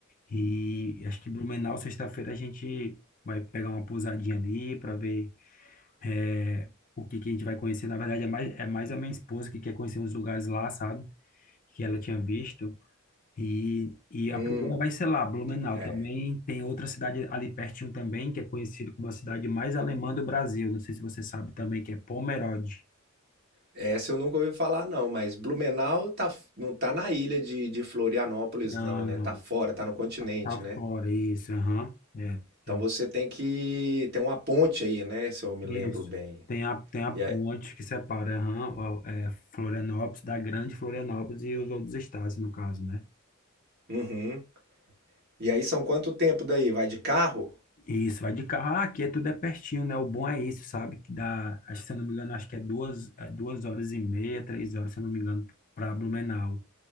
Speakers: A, on the left (about 40°); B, on the right (about 50°).
A: E acho que Blumenau, sexta-feira, a gente vai pegar uma pousadinha ali para ver é, o que, que a gente vai conhecer. Na verdade, é mais, é mais a minha esposa que quer conhecer uns lugares lá, sabe? Que ela tinha visto. E, e
B: hum,
A: a primeira vai ser lá, Blumenau.
B: é.
A: Também tem outra cidade ali pertinho também, que é conhecido como a cidade mais alemã do Brasil. Não sei se você sabe também, que é Pomerode.
B: Essa eu nunca ouvi falar não, mas Blumenau tá, f- não tá na ilha de, de Florianópolis
A: Não,
B: não, né? Tá fora, tá no continente,
A: tá, tá
B: né?
A: fora, isso, aham. É,
B: Então
A: é,
B: você tem que tem uma ponte aí, né? Se eu me
A: isso.
B: lembro bem.
A: Tem a, tem a ponte
B: E aí,
A: que separa, aham, o- é, Florianópolis, da Grande Florianópolis e os outros estados, no caso, né?
B: uhum. E aí são quanto tempo daí? Vai de carro?
A: Isso, vai de carro. Ah, aqui é tudo é pertinho, né? O bom é isso, sabe? Que dá, acho, que, se eu não me engano, acho que é duas, é duas horas e meia, três horas, se eu não me engano, para Blumenau.